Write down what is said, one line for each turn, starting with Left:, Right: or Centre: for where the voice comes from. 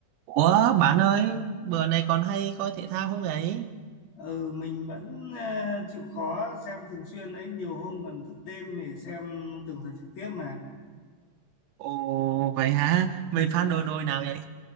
Right: Ủa bạn ơi, bữa này còn hay coi thể thao không ấy?
Left: ừ mình vẫn ờ, chịu khó xem thường xuyên đấy nhiều hôm còn thức đêm để xem từng trận trực tiếp mà
Right: Ồ vậy hả? Mày
Left: ừ.
Right: fan đội nồi nào vậy?